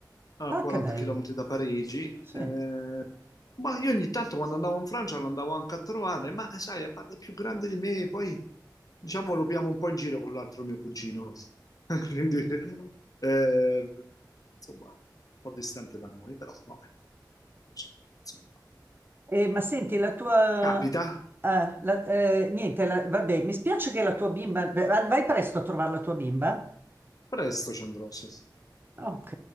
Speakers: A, on the left; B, on the right.
A: a
B: Ah,
A: 40
B: che bello.
A: km da Parigi.
B: Sì.
A: Eh, ma io ogni tanto quando andavo in Francia l'andavo anche a trovare, ma sai, a parte è più grande di me, poi diciamo lo piamo un po' in giro con l'altro mio cugino. <laughs> Quindi, eh, insomma, un po' distante da noi, però vabbè. Così, insomma.
B: Eh, ma senti, la tua...
A: Capita,
B: ah, la- eh, niente, la- vabbè, mi spiace che la tua bimba... Vai presto a trovare la tua bimba?
A: presto ci andrò, sì.
B: Ok.